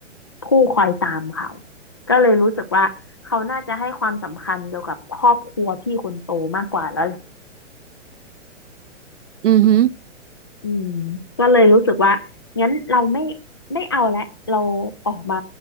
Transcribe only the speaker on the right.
อืม